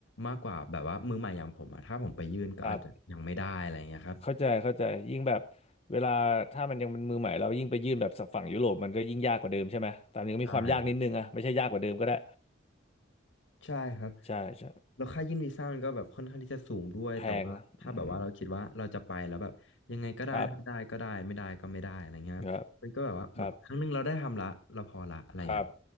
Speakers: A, on the left; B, on the left.
A: มากกว่าแบบว่ามือใหม่อย่างผมอะถ้าผมไปยื่นก็อาจจะยังไม่ได้อะไรเงี้ยครับ
B: ครับเข้าใจเข้าใจยิ่งแบบเวลาถ้ามันยังเป็นมือใหม่เรายิ่งไปยื่นแบบฝั่งยุโรปมันก็ยิ่งยากกว่าเดิมใช่ไหมตามนี้ก็มีความยากนิดนึงอะไม่ใช่ยากกว่าเดิมก็ได้
A: ใช่ ใช่ครับ
B: ใช่ใช่
A: แล้วค่ายื่นวีซ่ามันก็แบบค่อนข้างที่จะสูงด้วย
B: แพงอะอืม
A: แต่ว่าถ้าแบบว่าเราคิดว่าเราจะไปแล้วแบบยังไงก็ได้ถ้าได้ก็ได้ไม่ได้ก็ไม่ได้อะไรเงี้ยครับมันก็แบบว่าเหมือนครั้งหนึงเราได้ทำละเราพอละอะไรเงี้ย
B: ครับครับครับครับ